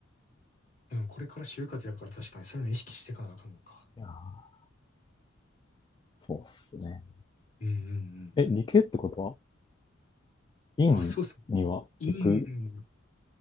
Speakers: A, on the left (about 40°); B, on the left (about 20°).
A: うん、これから就活やから確かにそういうの意識していかなあかんのか。
B: いやー、そうっすね。
A: うんうんうんう
B: え、理系ってことは、
A: ん。
B: 院には行く
A: あ、そうっす。いいん